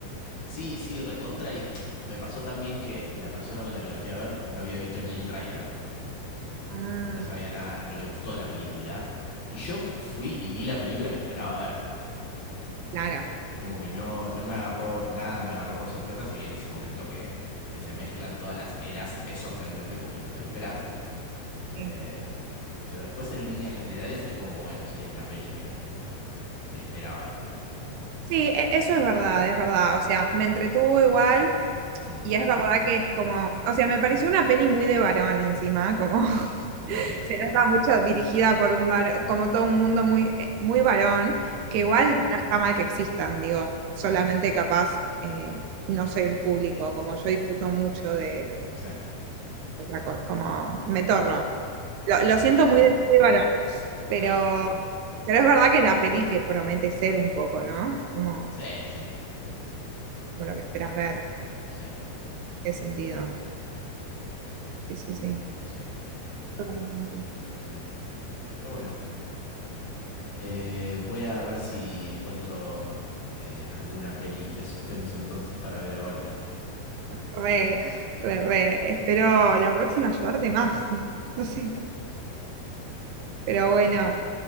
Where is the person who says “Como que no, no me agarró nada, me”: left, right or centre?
Left